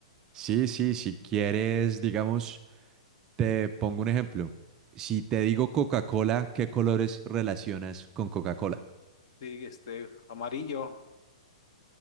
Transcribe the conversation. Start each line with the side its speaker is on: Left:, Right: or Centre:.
Right: Sí, sí, si quieres, digamos, te pongo un ejemplo. Si te digo Coca-Cola, ¿qué colores relacionas con Coca-Cola?
Left: Sí, este, amarillo.